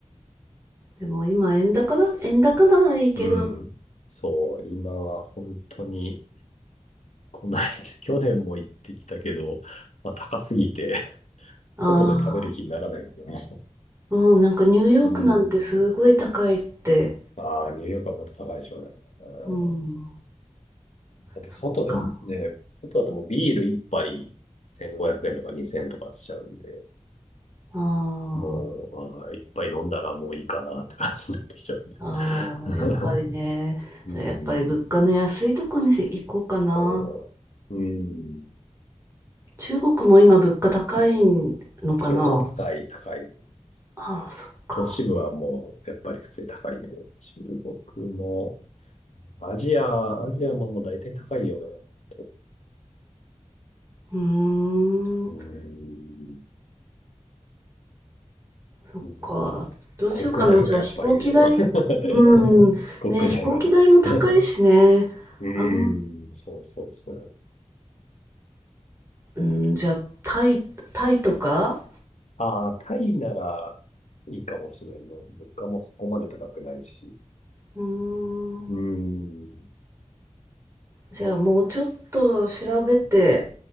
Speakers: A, on the right (about 25°); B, on the left (about 75°).
A: でも今円高だ、円高ならいいけど、
B: う、うん、そう、今は本当に、こないだ、去年も行ってきたけど、まあ、高すぎて、外で食べる気にならないよね
A: ああ、うん、なんかニューヨークなんてすごい高いって、
B: うんああ、ニューヨークはもっと高いでしょうね。うん。
A: うん、
B: だって外でね、
A: そっか、
B: 外だともうビール一杯1500円とか2000円とかしちゃうんで、
A: あ
B: もう、ああ、一杯飲んだらもういいかなって感じになってきちゃうんで。
A: あ、ああ、やっぱりね、
B: <laughs> う
A: それやっぱり物価の安いとこにし行こうかな。
B: ん。そう。うん。
A: 中国も今物価高いのかな。
B: 中国も高い、高い。
A: ああ、そっか。
B: 都市部はもう、やっぱり普通に高いんで、中国も、アジア、アジアももう大体高いよね。と
A: うーん、
B: うん。
A: そっか。
B: だから、
A: どうしようかな。
B: 国内がやっぱいいでしょ。
A: じゃあ飛行機代うん。
B: <laughs> 国内はね。
A: ね、飛行機代も高いしね。
B: <laughs> うーん、
A: あん、
B: そうそうそう。
A: うん、じゃあタイ、タイとか
B: ああ、タイならいいかもしれんな。物価もそこまで高くないし。
A: うーん。
B: うーん、
A: じゃあもうちょっと調べて、